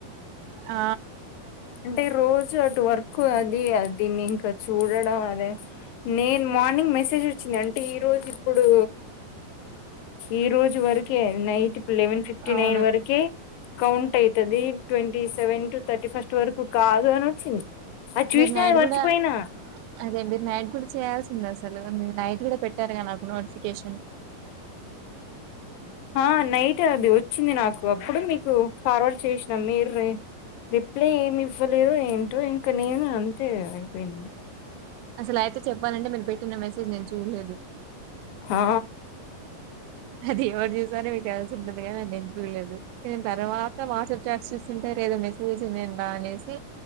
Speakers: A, on the right (about 90°); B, on the left (about 80°).
A: ఆ
B: అంటే రోజు అటు వర్క్ అది అదిన్ని ఇంకా చూడడం అదే నేను మార్నింగ్ మెసేజ్ వచ్చింది అంటే ఈ రోజు ఇప్పుడు ఈ రోజు వరకే నైట్ లెవెన్ ఫిఫ్టీ
A: అవును
B: నైన్ వరక కౌంట్ అవుయితది twenty seven to thirty first ఇ వరకు కాదు అని వచ్చింది అది చూసినా
A: మీరు నైడు
B: అది మర్చిపోయినా
A: కూడా అదే మీరు నైట్ కూడా చేయాల్సి సలు నై కూడా పెట్టారు క నాకు నోటిఫికేషన్
B: ఆ నైట్ అది వచ్చింది నాకు అప్పుడు మీకు ఫార్వర్డ్ చేసినాం మీరు రిప్లై ఏమి ఇవ్వలేదు ఏంటో ఇంకా నేను అంతే అయిపోయింది
A: అసలు అయితే చెప్పాలండి మీరు పెట్టిన మెసేజ్ నేను చూడలేదు
B: ఆ
A: అది ఎవరు చూసారో మీకు ఎల్సి ఉంటుంది కద నేను దు నే తర్వాత వాట్సాప్ చట్ చూంటదో మెసేజెస్ ఇ అనేసి